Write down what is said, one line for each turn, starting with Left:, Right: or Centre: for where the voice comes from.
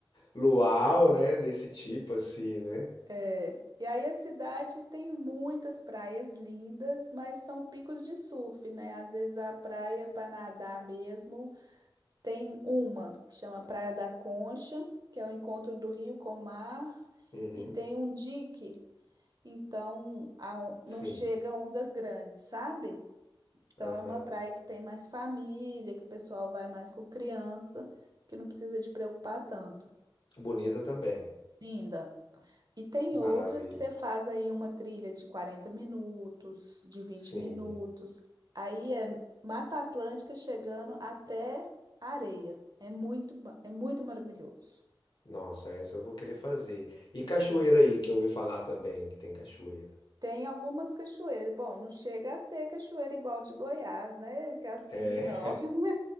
Left: luau, né? Desse tipo assim, né?
Right: É. E aí a cidade tem muitas praias lindas, mas são picos de surf, né? Às vezes a praia para nadar mesmo tem uma que chama Praia da Concha, que é o encontro do rio com o mar,
Left: Uhum,
Right: e tem um dique, então a on- não
Left: sim.
Right: chega ondas grandes, sabe? Então
Left: Aham.
Right: é uma praia que tem mais família, que o pessoal vai mais com criança, que não precisa de preocupar tanto.
Left: Bonita também.
Right: Linda. E tem
Left: Maravilha.
Right: outras que você faz aí uma trilha de 40 minutos, de vinte
Left: Sim.
Right: minutos. Aí é Mata Atlântica chegando até areia. É muito, ma- é muito maravilhoso.
Left: Nossa, essa eu vou querer fazer. E cachoeira
Right: É.
Left: aí, que eu ouvi falar também que tem cachoeira.
Right: Tem algumas cachoeiras. Bom, não chega a ser cachoeira igual de Goiás, né? Que é as Pirinópolis.
Left: É,